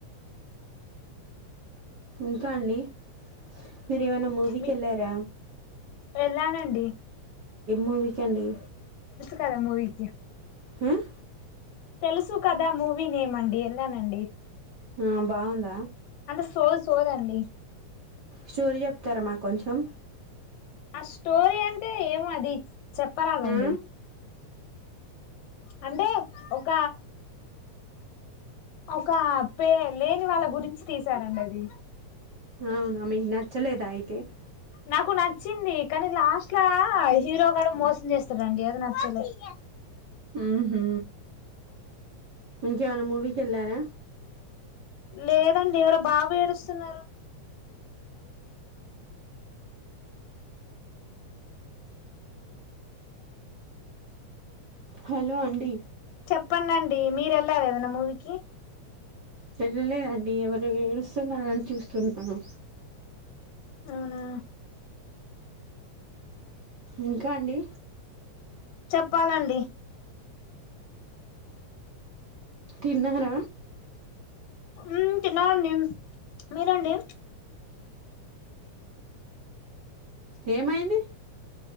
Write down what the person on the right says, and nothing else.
ఇంక అండి మీరు ఏమైనా మూవీకి
యెళ్ళార
మూవిక్ కండి
హుమ్
ఉమ్ బాగుంద
స్టోరి చెప్తారా మాకొంచం
ఆ?
అవును మీ క్ నచ్చలేదయతే టి
ఊహు ఇంకేమైన మూవీకి ఎలార
హలో అండి
వెళ్ళ లేదండి ఎరు ఏడుస్తున్నా చూ కిన్ అన
ఇంక అండి
తిన్న గన
ఏమైంది